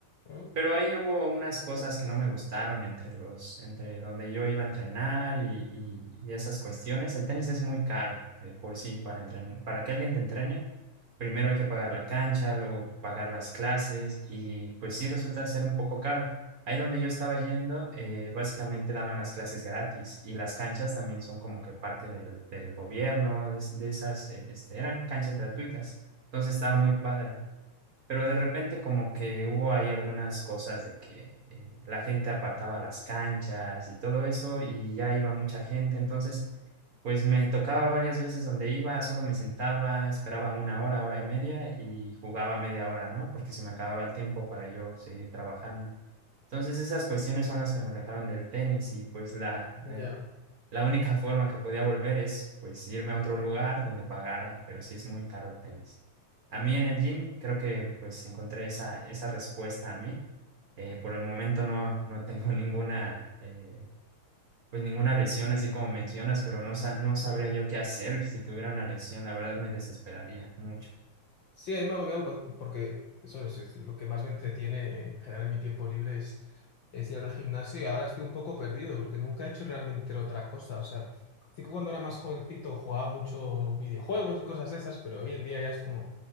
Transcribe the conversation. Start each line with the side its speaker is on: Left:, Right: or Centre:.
Left: Mm,
Right: Pero ahí hubo unas cosas que no me gustaron entre los, entre donde yo iba a entrenar y, y, y esas cuestiones. El tenis es muy caro de por sí para entren- para que alguien te entrene Primero hay que pagar la cancha, luego pagar las clases y pues sí resulta ser un poco caro. Ahí donde yo estaba yendo, eh, básicamente daban las clases gratis y las canchas también son como que parte del, del gobierno, de, es- de esas, eh, este, eran canchas gratuitas. Entonces estaba muy padre. Pero de repente como que hubo ahí algunas cosas de que eh, la gente apartaba las canchas y todo eso y ya iba mucha gente. Entonces... Pues me tocaba varias veces donde iba, solo me sentaba, esperaba una hora, hora y media y jugaba media hora, ¿no? Porque se me acababa el tiempo para yo seguir trabajando. Entonces esas cuestiones son las que me alejaron del tenis y pues la,
Left: Ya.
Right: eh, la única forma que podía volver es pues irme a otro lugar donde pagara, pero sí es muy caro el tenis. A mí en el gym creo que pues encontré esa, esa respuesta a mí. Eh, por el momento no, no tengo ninguna, eh, pues ninguna lesión, así como mencionas, pero no, sa- no sabría
Left: Mm.
Right: yo qué hacer si tuviera una lesión. La verdad me desesperaría mucho.
Left: Sí, ahí me ha pa- porque eso es, es lo que más me entretiene en general en mi tiempo libre es, es ir al gimnasio y ahora estoy un poco perdido porque nunca he hecho realmente otra cosa. O sea, sí que cuando era más jovencito jugaba mucho videojuegos y cosas de esas, pero hoy en día ya es como